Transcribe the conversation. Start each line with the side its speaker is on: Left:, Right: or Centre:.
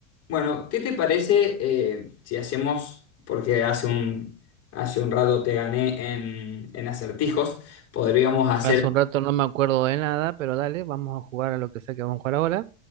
Left: Bueno, ¿qué te parece eh, si hacemos, porque hace un, hace un rato te gané en, en acertijos, podríamos hacer,
Right: Hace un rato no me acuerdo de nada, pero dale, vamos a jugar a lo que sea que vamos a jugar ahora.